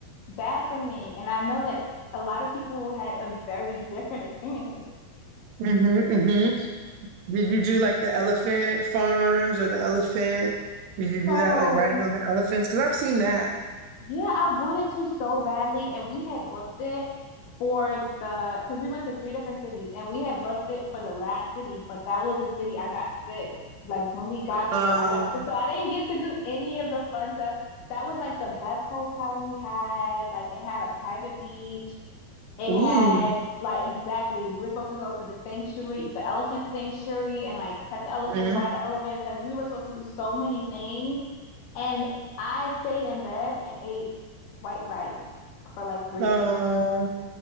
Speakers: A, on the left (about 70°); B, on the right (about 75°).
A: bad for me. And I know that a lot of people had a very different experience with it.
B: hmm hmm Did you do like the elephant farms or the elephant? Did you
A: So,
B: do that like riding on the elephants? Because I've seen that.
A: yeah, I wanted to so badly, and we had booked it for the because we went to three different cities, and we had booked it for the last city, but that was the city I got sick. Like when we got
B: Um,
A: there, I got sick, so I didn't get to do any of the fun stuff. That was like the best hotel we had. Like it had a private beach. It
B: ooh.
A: had like exactly we were supposed to go to the sanctuary, the elephant sanctuary, and like pet the elephants,
B: Mhm.
A: buy the elephants. Like we were supposed to do so many things. And I stayed in bed and ate white rice for like three
B: Oh.
A: days.